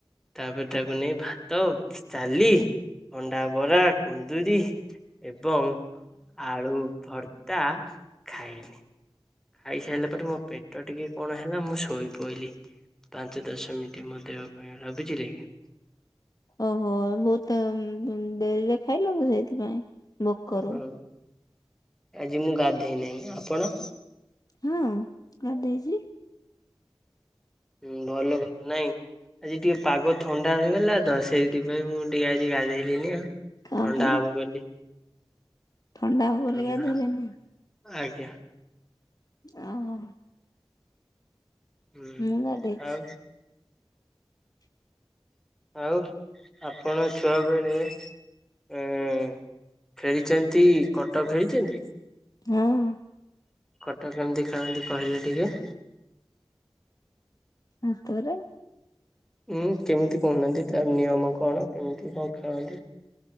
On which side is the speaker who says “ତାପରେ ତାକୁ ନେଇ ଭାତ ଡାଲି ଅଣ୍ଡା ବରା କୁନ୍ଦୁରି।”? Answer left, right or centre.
Centre